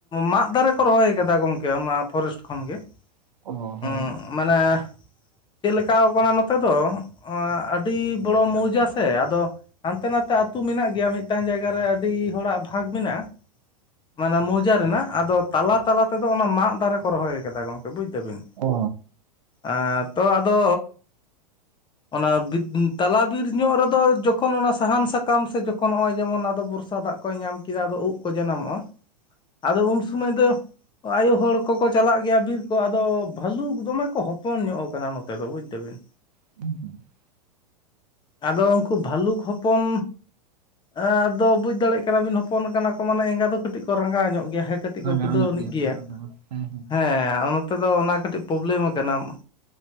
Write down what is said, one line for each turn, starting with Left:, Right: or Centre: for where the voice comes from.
Left: ᱢᱟᱫ ᱫᱟᱨᱮ ᱠᱚ ᱨᱚᱦᱚᱭ ᱠᱟᱫᱟ ᱜᱚᱝᱠᱮ ᱚᱱᱟ ᱯᱷᱚᱨᱮᱥᱴ ᱠᱷᱚᱱ ᱜᱮ᱾
Right: <inaudible> ᱦᱚ
Left: ᱩᱸ
Right: ᱦᱩᱸ᱾
Left: ᱢᱟᱱᱮ ᱪᱮᱫᱞᱮᱠᱟᱹᱣ ᱠᱟᱱᱟ ᱱᱚᱛᱮ ᱫᱚ ᱮᱸ ᱟᱹᱰᱤ ᱵᱚᱲᱚ ᱢᱳᱣᱡᱟ ᱥᱮ ᱟᱫᱚ ᱦᱟᱱᱛᱮ ᱱᱟᱛᱮ ᱟᱛᱩ ᱢᱮᱱᱟᱜ ᱜᱮᱭᱟ ᱢᱤᱫᱴᱟᱝ ᱡᱟᱭᱜᱟ ᱨᱮ ᱟᱹᱰᱤ ᱦᱚᱲᱟᱜ ᱵᱷᱟᱜᱽ ᱢᱮᱱᱟᱜ-ᱟ, ᱢᱟᱱᱮ ᱢᱳᱣᱡᱟ ᱨᱮᱱᱟᱜ ᱟᱫᱚ ᱛᱟᱞᱟ ᱛᱟᱞᱟ ᱛᱮᱫᱚ ᱚᱱᱟ ᱢᱟᱫ ᱫᱟᱨᱮ ᱠᱚ ᱨᱚᱦᱚᱭ ᱠᱟᱫᱟ ᱜᱚᱝ ᱵᱩᱡ ᱫᱟᱵᱤᱱ
Right: ᱚ
Left: ᱮᱸ ᱛᱚ ᱟᱫᱚ ᱚᱱᱟ ᱵᱷᱤ ᱛᱟᱞᱟ ᱵᱤᱨ ᱧᱚᱜ ᱨᱮᱫᱚ ᱡᱚᱠᱷᱚᱱ ᱚᱱᱟ ᱥᱟᱦᱟᱱ ᱥᱟᱠᱟᱢ ᱥᱮ ᱡᱚᱠᱷᱚᱱ ᱱᱚᱜ-ᱚᱭ ᱡᱮᱢᱚᱱ ᱟᱫᱚ ᱵᱚᱨᱥᱟ ᱫᱟᱜ ᱠᱚᱭ ᱧᱟᱢ ᱠᱮᱫᱟ ᱟᱫᱚ ᱩᱫᱽ ᱠᱚ ᱡᱟᱱᱟᱢᱚᱜ-ᱟ ᱟᱫᱚ ᱩᱱ ᱥᱩᱢᱚᱭ ᱫᱚ ᱟᱭᱳ ᱦᱚᱲ ᱠᱚᱠᱚ ᱪᱟᱞᱟᱜ ᱜᱮᱭᱟ ᱵᱤᱨ ᱠᱚ ᱟᱫᱚ ᱵᱷᱟᱞᱩᱠ ᱫᱚᱢᱮ ᱠᱚ ᱦᱚᱯᱚᱱ ᱧᱚᱜ ᱟᱠᱟᱱᱟ ᱱᱚᱛᱮ ᱫᱚ ᱵᱩᱡᱽ ᱫᱟᱹ ᱵᱤᱱ,
Right: <inaudible>
Left: ᱟᱫᱚ ᱩᱝᱠᱩ ᱵᱷᱟᱞᱩᱠ ᱦᱚᱯᱚᱱ ᱮᱸ ᱟᱫᱚ ᱵᱩᱡ ᱫᱟᱲᱮᱜ ᱠᱟᱱᱟ ᱵᱤᱱ ᱦᱚᱯᱚᱱ ᱠᱟᱱᱟ ᱠᱚ ᱢᱟᱱᱮ ᱮᱸᱜᱟ ᱫᱚ ᱠᱟᱹᱴᱤᱡ ᱠᱚ ᱨᱟᱸᱜᱟᱣ ᱧᱚᱜ ᱜᱮᱭᱟ᱾ ᱠᱟᱹᱴᱤᱡ
Right: ᱟᱪᱪᱷᱟ
Left: ᱠᱚ ᱠᱷᱩᱫᱟᱹᱣ
Right: ᱨᱟᱸᱜᱟᱣ ᱧᱚᱜ
Left: ᱟᱹᱱᱤᱡ ᱜᱮᱭᱟ
Right: ᱠᱚ ᱵᱟᱝ ᱫᱚ ᱵᱟᱝ ᱦᱮᱸ
Left: ᱦᱮᱸ <unintelligible> ᱛᱮᱫᱚ ᱚᱱᱟ ᱠᱟᱹᱴᱤᱡ ᱯᱨᱚᱵᱞᱮᱢ ᱟᱠᱟᱱᱟᱢ,